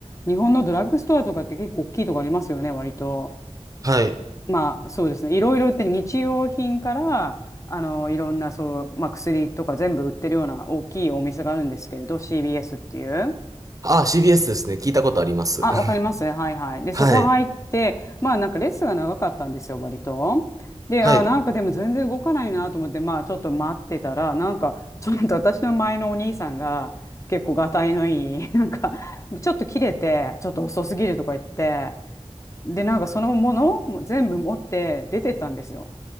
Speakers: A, on the left (about 25°); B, on the right (about 30°).
A: う。日本のドラッグストアとかって結構大きいとこありますよね、割と。
B: はい。
A: まあそうですね、いろいろ売ってる日用品から、あの、いろんなそう、まあ薬とか全部売ってるような大きいお店があるんですけれど、c b s っていう。
B: ああ、CBS ですね。聞いたことあります。
A: あ、
B: <laughs>
A: わかります。はいはい。で、
B: はい。
A: そこ入って、まあなんかレッスンが長かったんですよ、割と。で、
B: はい。
A: あ、なんかでも全然動かないなと思って、まあちょっと待ってたら、なんかちょっと私の前のお兄さんが結構がたいのいい、<laughs> なんかちょっと切れて、ちょっと遅すぎるとか言って、で、なんかそのものも全部持って出てったんですよ。